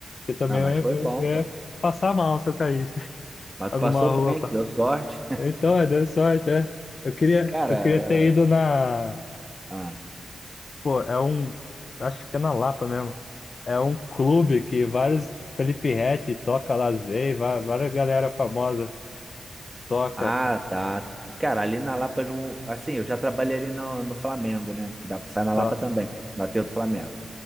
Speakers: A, on the left; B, on the right.
A: Porque também
B: Ah, mas
A: eu,
B: foi
A: eu,
B: bom,
A: eu ia
B: pô.
A: passar mal se eu caísse <laughs>
B: Mas
A: alguma
B: tu passou bem,
A: rua, pá.
B: deu sorte.
A: Então, é, deu sorte, é. Eu queria,
B: <laughs> Cara,
A: eu queria ter ido na...
B: ah,
A: Pô, é um. Acho que fica na Lapa mesmo. É um clube que vários. Felipe Ret toca lá, às va- várias galera famosa toca.
B: ah, tá. Cara, ali na Lapa, não, assim, eu já trabalhei ali no, no Flamengo, né? Que dá pra sair na
A: Ó,
B: Lapa também, no Aterro do Flamengo.